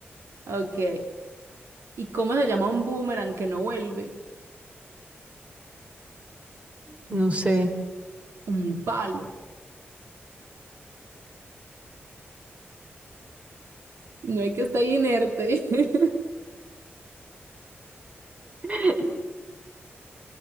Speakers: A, on the right (about 90°); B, on the right (about 30°).
A: Ok. ¿Y cómo se llama un boomerang que no vuelve?
B: No sé.
A: Un palo. No hay que estar inerte. <laughs>
B: <laughs>